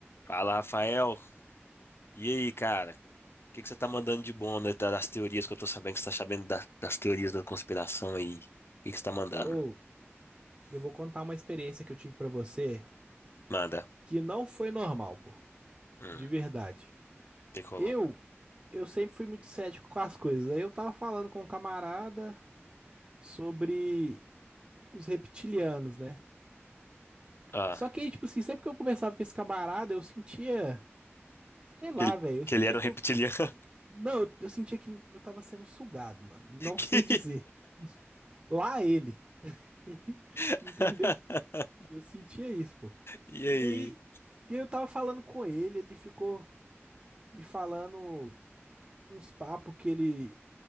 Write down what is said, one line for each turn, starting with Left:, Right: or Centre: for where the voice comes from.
Left: Fala, Rafael. E aí, cara? O que que você tá mandando de bom né, Tá, das teorias que eu tô sabendo que você tá sabendo da- das teorias da conspiração aí? O que que você tá mandando?
Right: Ou eu vou contar uma experiência que eu tive pra você
Left: Manda.
Right: que não foi normal, pô.
Left: Hum, o
Right: De verdade.
Left: que que rolou?
Right: Eu eu sempre fui muito cético com as coisas. Aí eu tava falando com um camarada sobre os reptilianos, né?
Left: Ah,
Right: Só que aí, tipo assim, sempre que eu conversava com esse camarada, eu sentia, sei lá,
Left: que ele,
Right: velho, eu
Left: que
Right: sentia
Left: ele era
Right: que
Left: um reptiliano.
Right: eu
Left: <laughs>
Right: não, eu, eu sentia que eu tava sendo sugado, mano. Não
Left: Que-
Right: sei dizer. Lá ele, <laughs>
Left: <laughs>
Right: entendeu? Eu sentia isso, pô.
Left: E aí?
Right: E aí, e aí eu tava falando com ele, ele ficou me falando uns papos que ele